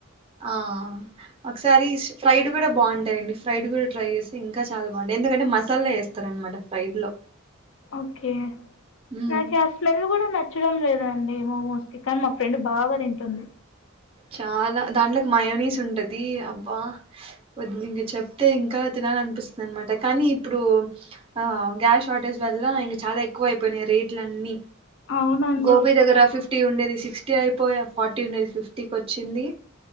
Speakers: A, on the right (about 25°); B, on the left (about 60°).
A: ఆ ఒకసారి స్ప్రైడ్ గుడ బాగుంట ఫ్రైడ్ కూడా ట్రై చేసి ఇంకా చాలా బావుంట ఎందుకంటే మసాలా వేస్తారు అనమాట ఫ్రైడ్ లో
B: ఓకే
A: ఉమ్
B: నాకి ఆ స్మెల్ గుడ నచ్చడం లేదు ండి ఏమో మో స్టికా అన్ మా ఫ్రెండ్ బాగా తింటుంది
A: చాలా దాంట్లోకి మయనీస్ ఉంటది అబ్బా ద్ ఇంక చెప్తే ఇం ఇంకా తినాల అనిపిస్తుంది అనమాట కానీ ఇప్పుడు ఆ గ్యాస్ షార్టేజ్ వల్ల ఇంకా చాలా ఎక్కువ అయిపోయినాయి రేట్ల అన్నిీ
B: అవునండి
A: గోబి దగ్గర ఫిఫ్ ఫటీ ఉండే సిక్స్టీ అయిపోయా ఫార్టీ ఉండేది ఫిఫ్ టీ వచ్చింది